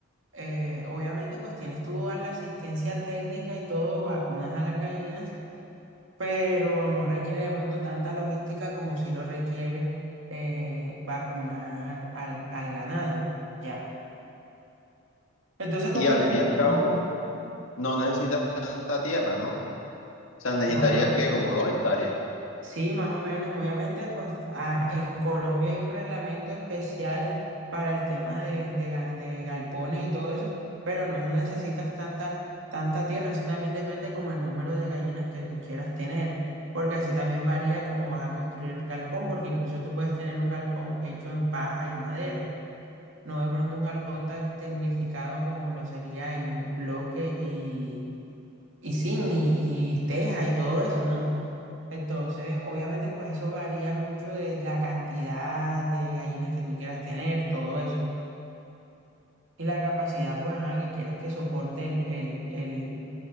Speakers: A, on the right; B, on the left.
A: eh, obviamente pues tienes tú a la asistencia técnica y todo, vacunas a las gallinas, pero no requiere de pronto tanta logística como si lo requiere eh, vacunar al, al ganado, ya. Entonces,
B: Y
A: como
B: al
A: te
B: fin
A: digo,
B: y al cabo,
A: ujú,
B: no necesitas tanta tierra, ¿no? O sea, necesitarías
A: no, no, no.
B: que como dos hectáreas.
A: Sí, más o menos. Obviamente, pues ah, en Colombia hay un reglamento especial para el tema de, de ga- de galpones y todo eso, pero no necesitas tanta, tanta tierra. Eso también depende como el número de gallinas que tú quieras tener, porque así también varía cómo vas a construir el galpón, porque incluso tú puedes tener un galpón hecho en paja y madera, no de pronto un galpón tan tecnificado como lo sería en bloque y, y zinc y, y teja y todo eso, ¿no? Entonces, obviamente, pues eso varía mucho de la cantidad de gallinas que tú quieras tener, todo eso. Y la capacidad, pues, ajá, que quieras que soporte el, el, el,